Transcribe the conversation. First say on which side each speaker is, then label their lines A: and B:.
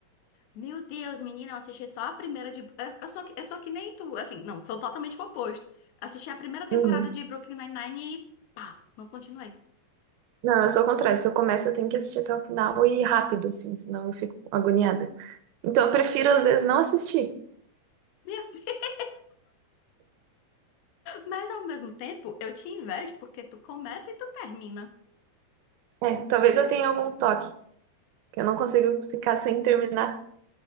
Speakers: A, on the left; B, on the right.
A: Meu Deus, menina, eu assisti só a primeira de. Eu eu sou, que- eu sou que nem tu, assim, não, sou totalmente o oposto. Assisti a primeira temporada
B: Uhum.
A: de Brooklyn Nine-Nine e pá, não continuei.
B: Não, eu sou o contrário. Se eu começo, eu tenho que assistir até o final e rápido, assim, senão eu fico agoniada. Então eu prefiro, às vezes, não assistir.
A: Meu <laughs> Deus! Mas ao mesmo tempo, eu te invejo porque tu começa e tu termina.
B: É, talvez eu tenha algum toque, que eu não consigo ficar sem terminar.